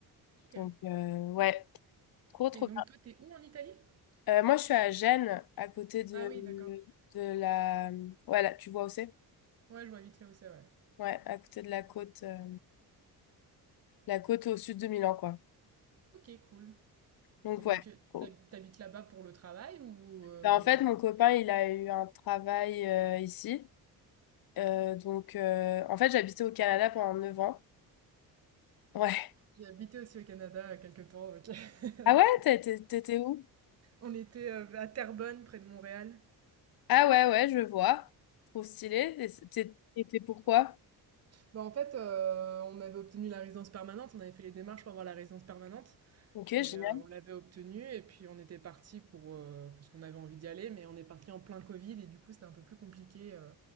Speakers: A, on the right (about 40°); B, on the left (about 65°).
A: Ok.
B: Donc, euh, ouais, trop, trop
A: Et donc
B: bien.
A: toi, t'es où en Italie?
B: Euh, moi, je suis à Gênes, à côté de,
A: Ah oui, d'accord.
B: de la... Ouais, là, tu vois où c'est?
A: Ouais, je vois vite fait où c'est, ouais.
B: Ouais, à côté de la côte, euh, la côte au sud de Milan, quoi.
A: Ok, cool.
B: Donc,
A: Et donc,
B: ouais.
A: tu
B: Cool.
A: t'hab- t'habites là-bas pour le travail ou euh,
B: Ben, en fait, mon copain, il a eu un travail euh, ici. Euh, donc, euh, en fait, j'habitais au Canada pendant 9 ans. Ouais.
A: J'ai habité aussi au Canada euh, quelques temps. donc
B: Ah ouais,
A: <laughs>
B: t'étais t'étais où?
A: on était euh, à Terrebonne, près de Montréal.
B: Ah ouais, ouais, je vois. Trop stylé. Et c'est- t'es- et pourquoi?
A: Bah, en fait, euh, on avait obtenu la résidence permanente. On avait fait les démarches pour avoir la résidence permanente.
B: Ok,
A: Et
B: génial.
A: euh, on l'avait obtenue. Et puis, on était parti pour... euh, parce qu'on avait envie d'y aller. Mais on est parti en plein Covid. Et du coup, c'était un peu plus compliqué. euh,